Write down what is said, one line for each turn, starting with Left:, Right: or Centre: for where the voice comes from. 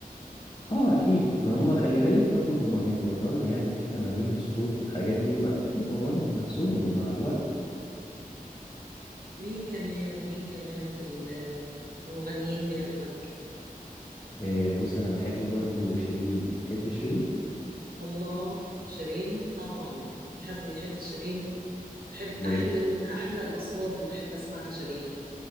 Left: اه اكيد ما هم خلي بالك برضو هم بيتمرنوا يعني في تمارين للصوت والحاجات دي واكيد بيطوروا من نفسهم مع الوقت
Right: مين كمان مين كمان في ال- المغنيين بيعجبك
Left: آه بص انا بحب برضو شيرين تحبي شيرين
Right: الله شيرين طبعا في حد بيحب شيرين بحب
Left: جميل.
Right: احلى من احلى الاصوات اللي بحب اسمعها شيرين